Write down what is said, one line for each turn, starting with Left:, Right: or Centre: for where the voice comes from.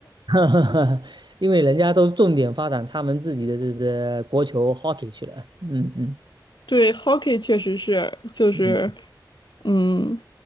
Right: <laughs> 因为人家都重点发展他们自己的这这国球 hockey 去了，嗯嗯
Left: <laughs> 对，hockey 确实是，就是。
Right: 嗯，
Left: 嗯，